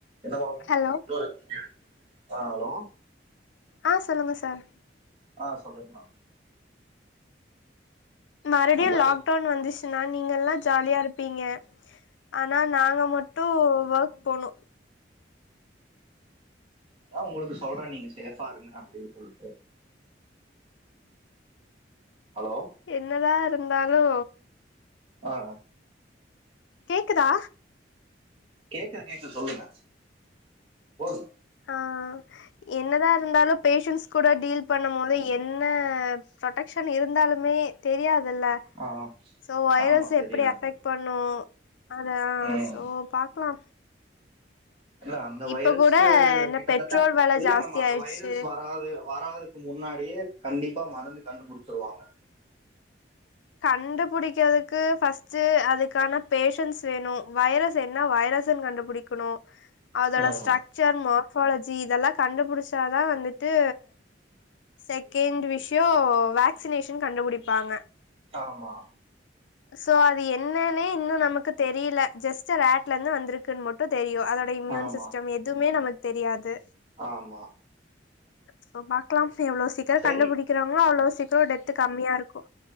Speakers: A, on the right (about 30°); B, on the left (about 80°).
A: என்னமா. <unintelligible>
B: ஹலோ
A: ஆஹ ஹலோ.
B: ஆஹ சொல்லுங்க சார்.
A: ஆஹ சொல்லுங்மா.
B: மறுபடியு
A: அதான்
B: லாக்டவுன் வந்துச்சு. நா நீங்க எல்லா ஜாலியா இரு. ப்பீங்க ஆனா நாங்க மட்டு வஃர்க் போனு.
A: அதா உங்களுக்கு சொல்ற நீங்க சேஃபா இருங்க அப்டின் சொல்ட்டு. ஹலோ
B: என்னதா இருந்தாளு.
A: ஆஹ.
B: கேக்குதா.
A: கேக்குது கேக்குது சொல்லுங்க. போதும்.
B: ஆஹ என்னதா இருந்தாளு பேஷன்ஸ் கூட டீல் பண்னும் போது என். னு புரடெக்க்ஷன் இருந்தாலு. மே தெரியாதுல்ல
A: ஆ ஆ.
B: சோ வைரஸ்
A: ஆமா தெரியாது
B: எப்டி அஃபெக்ட் பண்ணு. அதா
A: ம்
B: சோ பாக்லா.
A: இல்ல அந்த வைரஸ்க்கு
B: இப்ப கூட என்ன
A: கிட்டதட்ட
B: பெட்ரோல் வெல
A: இல்ல
B: ஜாஸ்தி
A: மேம் அந்த
B: ஆயிடுச்சு
A: வைரஸ் வராது வராது. முன்னாடியே கண்டிப்பா மருந்து கண்டுபுடிச்சிருவாங்க.
B: கண்டுபிடிக்கிறதுக்கு பஸ்ட்டு அதுக்கான பேஷன்ஸ் வேணு வைரஸ் என்ன வைரஸ். வைரஸ்னு கண்டுபுடிக்கணு. அதோட
A: ம்.
B: Structure mass. அப்பாலஜி இதெல்லா. கண்டுபுடிச்சாதா வந்துட்டு. செகண்ட் விஷியோ வேக்சினேஷன் கண்டுபுடிப்பாங்க.
A: ஆமா.
B: சோ அது என்னனே இன்னு நமக்கு தெரியல ஜஸ்ட் ரேக்லருந்து வந்திருக்குன்னு மட்டு தெரியு. அதோட இம்யூன்
A: ஆமா
B: சிஸ்டம் எதுமே நம்ம. தெரியாது.
A: ஆமா.
B: சோ பாக்லாம். எவ்ளோ சீக்கிறோ
A: சரி
B: கண்டுபுடிக்கிறாங்களோ அவ்ளோ சீக்கிறோ டெத்து கம்மியா இருக்கு.